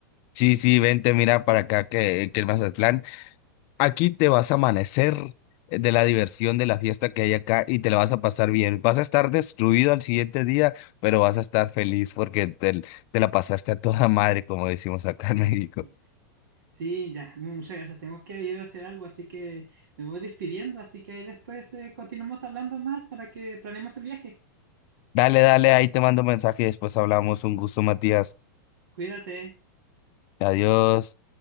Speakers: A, on the left (about 45°); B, on the right (about 75°).
A: Sí, sí, vente, mira para acá que, que el Mazatlán, aquí te vas a amanecer de la diversión de la fiesta que hay acá y te la vas a pasar bien. Vas a estar destruido al siguiente día, pero vas a estar feliz porque te, te la pasaste a toda madre, como decimos acá en <laughs> México.
B: Mm. Sí, ya, muchas gracias. Tengo que ir a hacer algo, así que me voy despidiendo. Así que ahí después eh, continuamos hablando más para que planeemos el viaje.
A: Dale, dale, ahí te mando mensaje y después hablamos. Un gusto, Matías.
B: Cuídate.
A: Adiós.